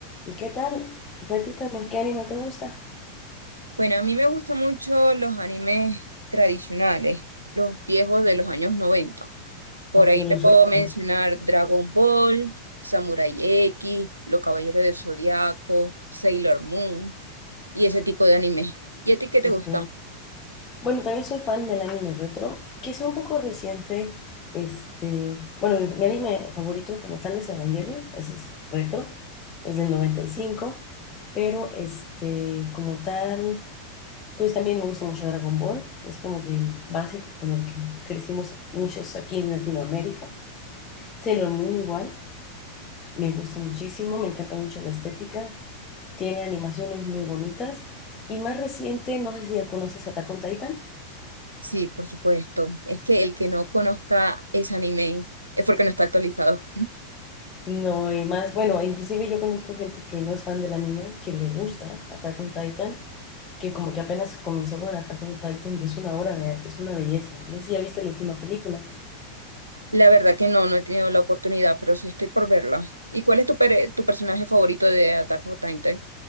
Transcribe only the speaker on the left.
¿Y qué tal? Platícame, ¿qué anime te gusta?
Ok,
los
retro.
Ok.
Bueno, también soy fan del anime retro, quizá un poco reciente. Este, bueno, mi, mi anime favorito como tal es Evangelion, ese es retro, es del 95, pero este, como tal, pues también me gusta mucho Dragon Ball, es como que el básico con el que crecimos muchos aquí en Latinoamérica. Sailor Moon igual. me gusta muchísimo, me encanta mucho la estética, tiene animaciones muy bonitas y más reciente, no sé si ya conoces Attack on Titan.
No, y más, bueno, inclusive yo conozco gente que no es fan del anime, que le gusta Attack on Titan, que como que apenas comenzó con Attack on Titan y es una obra de arte, es una belleza. No sé si ya viste la última película.